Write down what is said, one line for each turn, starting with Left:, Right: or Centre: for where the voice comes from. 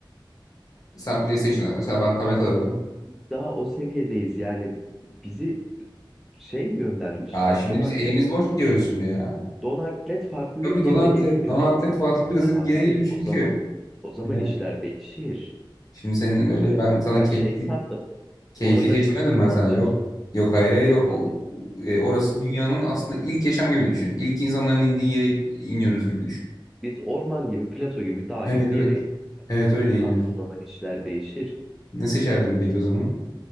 Left: Sen PlayStation'da mesela ben tablet alırdım.
Centre: Biz Daha o seviyedeyiz yani bizi şey mi göndermişler?
Left: Ya şimdi
Centre: Donatlet.
Left: biz elimiz boş gidiyoruz şimdi ya.
Centre: Donatlet farklı
Left: Tabii
Centre: bir gezegene
Left: Donatlet,
Centre: iniyoruz.
Left: Donatlet farklı bir gazete
Centre: Abi
Left: gene gidiyor
Centre: o
Left: çünkü.
Centre: zaman o zaman
Left: Ee,
Centre: işler değişir.
Left: şimdi senin böyle
Centre: Ben
Left: ben sana
Centre: ben
Left: keyfi,
Centre: şey sandım.
Left: keyfi
Centre: Orada
Left: seçtirmedim
Centre: şey
Left: ben
Centre: hazır.
Left: sana yok. Yok hayır hayır o,
Centre: Böyle,
Left: e, orası
Centre: hı,
Left: dünyanın aslında ilk yaşam gibi düşün. İlk insanların indiği yere iniyoruz gibi düşün.
Centre: biz orman gibi, plato gibi, dağ
Left: Evet
Centre: gibi bir
Left: evet.
Centre: yere iniyoruz.
Left: Evet öyle iniyoruz.
Centre: Abi o zaman işler değişir.
Left: Ne seçerdin peki o zaman?